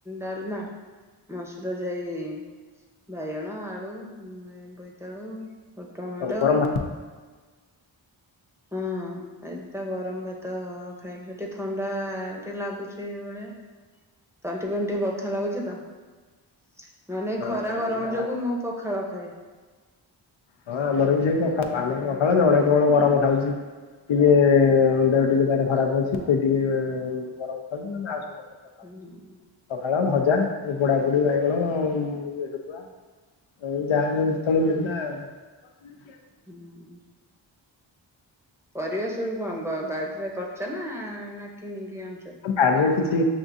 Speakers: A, in the centre; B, on the left.
A: ଡାଲମା ମସୁର ଜାଇ, ବାଇଗଣ, ଆଳୁ, ବୋଇତାଳୁ ଟମାଟୋ
B: ଗରମ ଭାତ
A: ହଁ। ଏଇ ତ ଗରମ ଭାତ ଖାଇଲୁ, ଟିକେ ଥଣ୍ଡା ଟିକେ ଲାଗୁଛି ଏଭଳିଆ। ତଣ୍ଟି ଫଣ୍ଟୀ ଟିକେ ବଥା ଲାଗୁଛି ତ ନହେନେ ଏଇ ଖରା
B: ହଁ
A: ଗରମ
B: ହଁ
A: ଯୋଗୁଁ ମୁଁ ପଖାଳ ଖାଏ।
B: ହଁ ଆମର ବି ସେଇ ପଖାଳ, ଆମର ପଖାଳ, ଜଣେ କେବଳ ଗରମ ଖାଉଛି। ଟିକେ ଦେହ ଟିକେ ତାର ଖରାପ ଅଛି। ସେ ଟିକେ ଗରମ ଖାଉଚି ଆଉ ସମସ୍ତେ ପ
A: ହୁଁ।
B: ପଖାଳ, ଭଜା ଏ ପୋଡାପୁଡି ବାଇଗଣ <unintelligible> ଶୁଖୁଆ ଆଉ ଯାହା ସବୁ ଯେତେବେଳେ ମିଳିଲା ଆଉ। <unintelligible>
A: ହୁଁ। ପରିବା ସେଠୁ କଣ ବାଡିରେ କରିଛ ନା, ନା କିଣିକି ଆଣୁଛ?
B: ବାଡରେ କିଛି